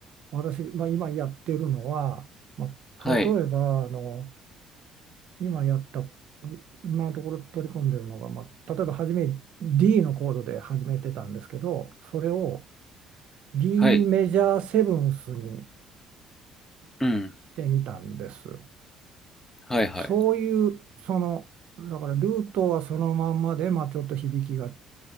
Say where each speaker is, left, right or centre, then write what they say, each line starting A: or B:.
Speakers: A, on the right; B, on the left.
A: 私、まあ、今やってるのは、まあ、
B: はい、
A: 例えば、あの、今やった、今のところ取り込んでるのが、まあ、例えば初め D のコードで始めてたんですけど、それを、D
B: はい、
A: メジャーセブンスに
B: うん、
A: してみたんです。
B: はい、はい、
A: そういうそのだからルートはそのまんまで、まあ、ちょっと響きが